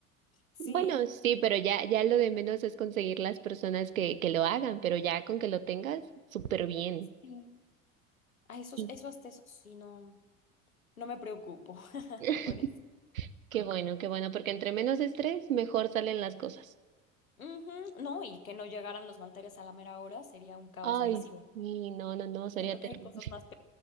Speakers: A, on the left; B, on the right.
A: Sí,
B: Bueno, sí, pero ya, ya lo de menos es conseguir las personas que, que lo hagan, pero ya con que lo tengas, súper bien.
A: sí. A esos,
B: Sí.
A: eso hasta eso sí no, no me preocupo <laughs>
B: <laughs>
A: por eso.
B: Qué bueno, qué bueno, porque entre menos estrés, mejor salen las cosas.
A: Ujú, No, y que no llegaran los manteles a la mera hora sería un caos
B: Ay,
A: ahí sí, ¿verdad?
B: sí, no, no, no, sería
A: Siento
B: terrible.
A: que hay cosas más pe-